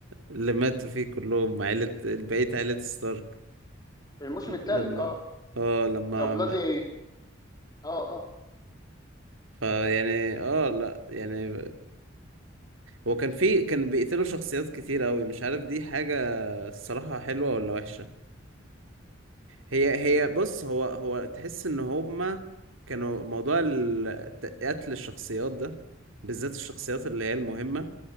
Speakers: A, on the right; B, on the left.
A: اللي ماتوا فيه كلهم عيلة بقية عيلة ستارك
B: <laughs> في الموسم الثالث
A: لما
B: اه
A: اه لما
B: ذا بلادي اه
A: فيعني اه لا يعني هو كان في كان بيقتلوا شخصيات كتير قوي مش عارف دي حاجة الصراحة حلوة ولا وحشة هي هي
B: اه
A: بص هو هو تحس ان هما كانوا موضوع ال- ت- قتل الشخصيات ده بالذات الشخصيات اللي هي المهمة